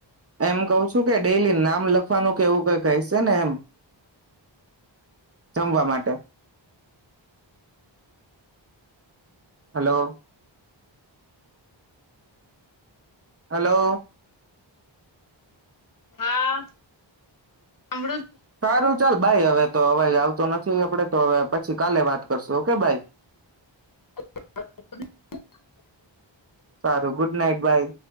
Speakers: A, on the right (about 30°); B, on the left (about 45°).
A: એમ કહું છું કે ડેઇલી નામ લખવાનું એવું કઈ કહેશે ને એમ. જમવા માટે. હલો.. હલો..
B: હા સાંભળું
A: સારું ચાલ. બાઈ હવે. તો અવાજ આવતો નથી, આપડે તો હવે પછી કાલે વાત કરશું, ઓકે બાઈ.
B: <inaudible>
A: સારું. ગુડ નાઈટ, બાઇ.